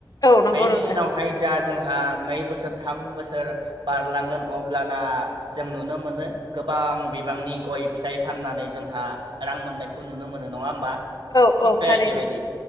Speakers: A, on the left; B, on the right.
A: औ नंगौ
B: बेनि
A: नोंथां
B: उनावहाय जा जोंहा नै बोसोर, थाम बोसोर बारलांगोन अब्लाना जों नुनो मोनो गोबां बिबांनि गय फिथाइ फाननानै जोंहा रां मोननाय नुनो मोनो नङा होमबा?
A: औ
B: थिग
A: औ
B: बे
A: थारैनो
B: आयदि बायदि,